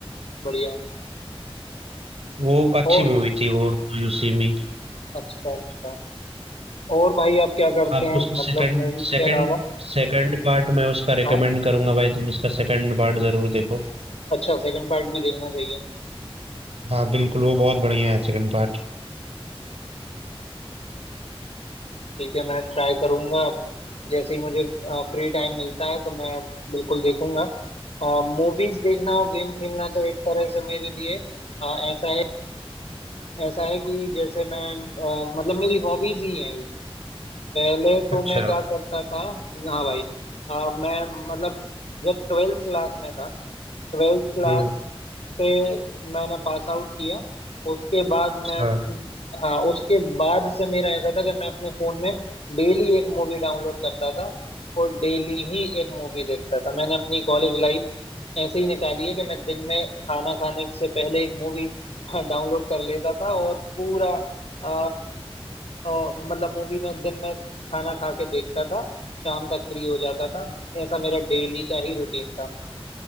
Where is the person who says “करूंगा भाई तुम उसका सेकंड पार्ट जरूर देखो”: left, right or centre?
Right